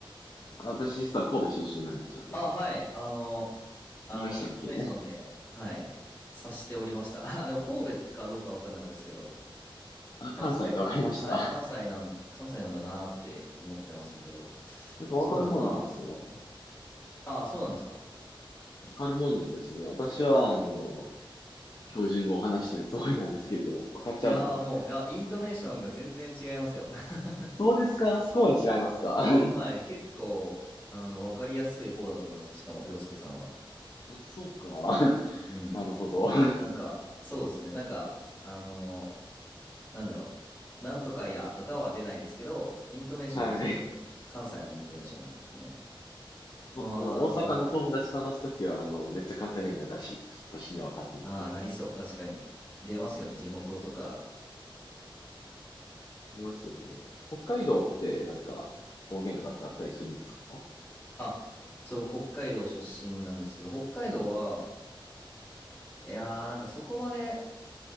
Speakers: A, on the left; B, on the left.
A: あ私実は神戸出身なんですよね。
B: あ、はい。あの、あの、
A: 言いましたっけ
B: イントネーションで、はい、察しておりました。<laughs> あ、でも神戸かどうかわかんなかったですけど、
A: あ、
B: 関西、
A: 関西ってわかりました。
B: はい、関西なん、関西なんだなーって思ってましたけど、
A: <laughs> なんかわかるもんなんですね。
B: そうです。ま
A: わ
B: あ、あ、そうなんですか。
A: かるもんなんですね。私は、あの、標準語を話してるつもりなんですけれども、わかっちゃうのかな。
B: いやーもう、いや、イントネーションが全然違いますよ。<laughs>
A: そうですか、そこまで違いますか。<laughs>
B: はい、結構、あの、わかりやすい方だと思います。しかも、り介さんは。
A: あ、そうか。
B: うんうん。
A: <laughs> なるほど。<laughs>
B: なんか、そうですね。なんか、あのーなんだろう。なんとかやとかは出ないですけど、イントネーションがすごい、
A: はい。
B: 関西のイントネーションですね。
A: そ、
B: まあ、
A: あの、
B: だから、
A: 大阪の友達と話すときは、あの、めっちゃ関西弁になるらしいです。私には分かってないんですけど。
B: ああ、なりそう、確かに。出ますよね、地元とか。
A: いますよね。北海道って、なんか、方言とかってあったりするんですか
B: あ、そう、北海道出身なんですけど、北海道は、いやー、なんかそこまで、